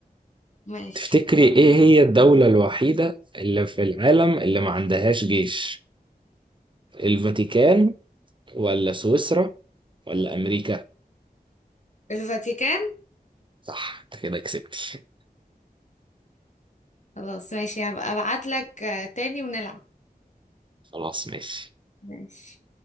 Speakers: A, on the left (about 50°); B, on the right (about 30°).
A: ماشي
B: تفتكري ايه هي الدولة الوحيدة اللي في العالم اللي ما عندهاش جيش الفاتيكان ولا سويسرا ولا امريكا
A: الفاتيكان
B: صح انت كده كسبتي
A: خلاص ماشي هبقى ابعت لك تاني ونلعب
B: خلاص ماشي
A: ماشي